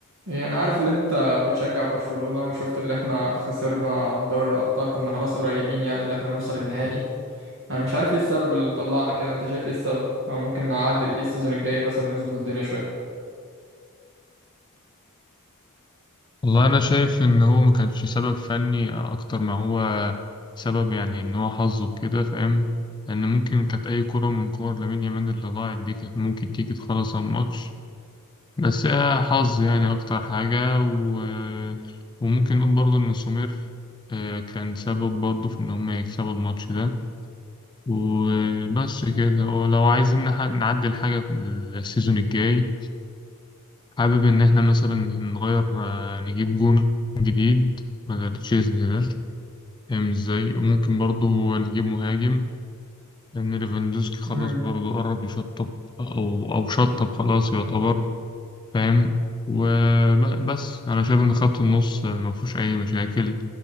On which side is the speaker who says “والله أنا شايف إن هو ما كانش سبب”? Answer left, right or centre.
Left